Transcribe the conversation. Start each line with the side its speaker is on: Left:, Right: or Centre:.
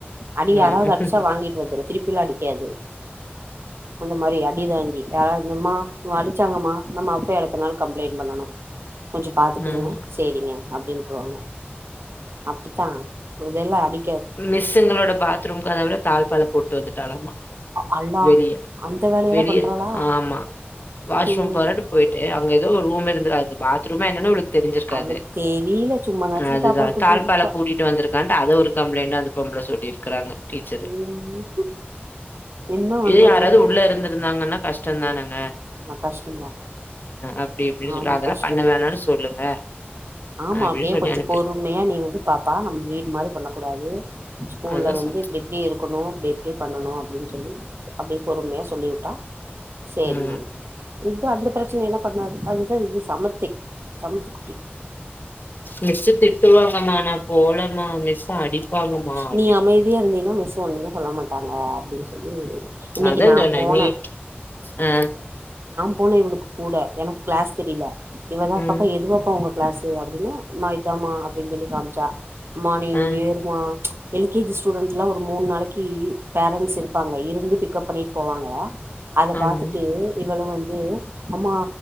Right: அடி
Left: ம்
Right: யாராவது அடிச்சா வாங்கிட்டு வந்துரும் திருப்பியெல்லாம் அடிக்காது. அந்த மாரி அடி தாங்கி யாராவத் எம்மா இவ அடிக் அடிச்சாங்கம்மா நம்ம அப்பயு அடுத்த நாள் கம்ப்ளெய்ண்ட் பண்ணணும் கொஞ்சோ பாத்துக்குங்க
Left: ம்
Right: சேரிங்க அப்பிடீன்ருவாங்க அப்டித்தான் இதெல்லாம் அடி
Left: மிஸ்சுங்ளோட பாத்ரூம் கதவுல தாழ் தாழ்பால போட்டு டு வந்துட்டாலாமா
Right: அல்லா
Left: வெளிய
Right: அந்த வேலையெல்லா
Left: வெளிய
Right: பண்றாளா
Left: ஆமா வாஷ்ரூம்
Right: ம்
Left: போறேன்னு போயிட்டு அங்க ஏதோ ரூம் இருந்து அது பா த்துருமே என்னனு அவளுக் தெரிஞ்சிருக்காது,
Right: அவளுக்கு தெரில சும்மானாச்சு
Left: அதுதா
Right: தாப்பால் போட்டு
Left: தாழ்ப்பாழ
Right: வந்துப்பா
Left: பூட்டிட்டு வந்திருக்கான்ட்டு அத ஒரு அது பொம்பள சொல்லிருக்கறாங்க டீச்சரு
Right: ம் என்ன பண்றது
Left: இதே யாராது உள்ள இருந்துருந்தாங்கனா கஷ்டந்தானங்
Right: ஆ கஷ்டந்தா
Left: அப்டி இப்டின்னு சொல்லி
Right: ஆமா
Left: அதெல்லா
Right: கஷ்டந்தா
Left: பண்ண வேணான்னு
Right: கஷ்ட
Left: சொல்லுங்க
Right: ஆமா
Left: அப்டின்னு
Right: அப்டியே
Left: சொல்லி
Right: கொஞ்ச
Left: அனுப்பிரு
Right: பொறுமையா நீ வந்து பாத்தா நம் வீடு மாரி பண்ணனு கூடாது ஸ்கூல்ல
Left: அதுதா
Right: வந்து
Left: சொன்னே
Right: இப்டி இப்டி இருக்கணு இப்டி இப்டி பண்ணணு அப்டின் சொல்லி அப்டியே பொறுமையா சொல்லிவுட்டா சேரிமா
Left: ம்
Right: இது அந்த பிரச்சனையெல்லா பண்ணாது அதுதா இது சமத்தி சமத்துக்குட்டி
Left: மிஸ்சு திட்டுவாங்கமா நா போலமா மிஸ் அடிப்பாங்கம்மா அப்டின்னு
Right: நீ அமைதியா இருந்தினா மிஸ் ஒன்னு சொல்ல மாட்டாங்க அப்டின் சொல்லி இன்னைக்கு
Left: நா அதா சொன்ன
Right: போன
Left: நீ ஆ
Right: போன இவுளுக்கு கூட எனக்கு க்ளாஸ் தெரில இவதா
Left: ம்
Right: பாப்பா எது பாப்பா உங்க க்ளாஸ்சு அப்டின ம்மா இதாமா அப்டின் சொல்லி காமிச்சா மானிங்
Left: ஆ
Right: இருமா எல் கே ஜி ஸ்டூடண்ட்லா ஒரு மூனு நாளக்கி பேரன்ட்ஸ் இருப்பாங்க இருந்து பிக்கப் பண்ணிட் போவாங்க அத
Left: ஆமா
Right: பாத்துட்டு இவளலு வந் து அம்மா